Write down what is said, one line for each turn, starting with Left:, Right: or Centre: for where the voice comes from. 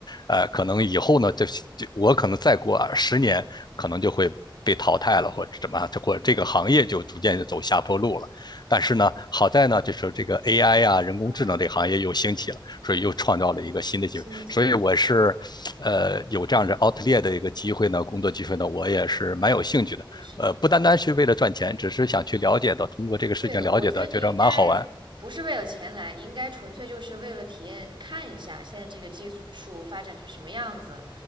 Left: 呃，可能以后呢，这这我可能再过十年，可能就会被淘汰了，或者怎么，或者这个行业就逐渐就走下坡路了。但是呢，好在呢，就是这个 AI 啊，人工智能这个行业又兴起了，
Right: 啊！
Left: 所以又创造了一个新的机会。
Right: 新的机会
Left: 所以我是，呃，有这样子 o u t l 的一个机会呢，工作机会呢，我也是蛮有兴趣的。
Right: 就是哦，
Left: 呃，不单单是为了赚钱，只是想去了解到，通过这个事情了解的，
Right: 对，我觉得你应该不是为了钱来，
Left: 觉得蛮好玩。
Right: 你应该纯粹就是为了体验，看一下现在这个技术发展成什么样子。